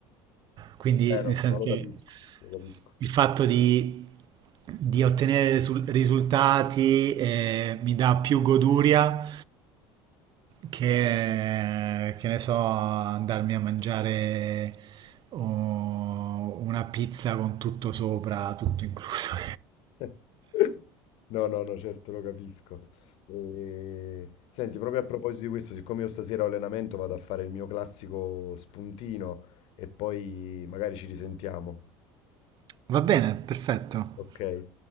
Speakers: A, on the right (about 45°); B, on the left (about 65°).
A: Quindi,
B: Eh no,
A: nel
B: sì,
A: senso,
B: ma lo capisco,
A: il
B: lo capisco.
A: fatto di, di ottenere risul- risultati eh, mi dà più goduria che, che ne so, andarmi a mangiare oh, una pizza con tutto sopra, tutto incluso.
B: <laughs> No, no, no, certo lo capisco. E- Senti, proprio a proposito di questo, siccome io stasera ho allenamento, vado a fare il mio classico spuntino e poi magari ci risentiamo.
A: <laughs> Va bene, perfetto.
B: Okay.